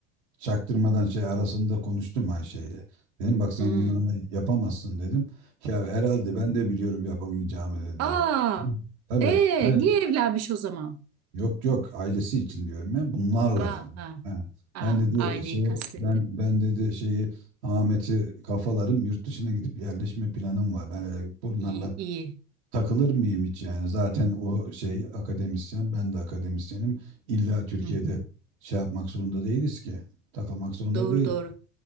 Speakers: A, on the right (about 80°); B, on the right (about 50°).
A: çaktırmadan şey arasında konuştum Ayşe'yle. Dedim bak sen
B: Hmm.
A: bunlarla yapamazsın dedim. Ya herhalde ben de biliyorum yapamayacağımı dedi.
B: Aa,
A: Hı. Tabii
B: ee,
A: ben
B: niye evlenmiş o zaman?
A: yok yok ailesi için diyorum ya bunlarla
B: Ha
A: dedim.
B: ha,
A: Ha.
B: ha,
A: Ben dedi
B: aileyi
A: şey
B: kastetti.
A: ben ben dedi şeyi Ahmet'i kafalarım yurt dışına gidip yerleşme planım var. Ben öyle bunlarla
B: İyi, iyi.
A: takılır mıyım hiç yani? Zaten o şey akademisyen, ben de akademisyenim. İlla Türkiye'de
B: Hı hı.
A: şey yapmak zorunda değiliz ki. Takılmak zorunda
B: Doğru
A: değil.
B: doğru.